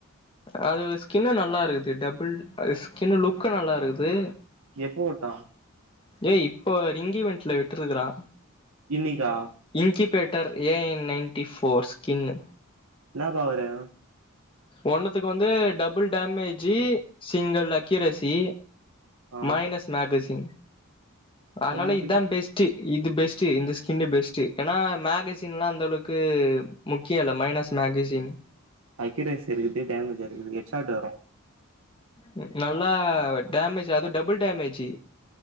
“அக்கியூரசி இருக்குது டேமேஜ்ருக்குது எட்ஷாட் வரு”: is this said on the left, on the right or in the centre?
Right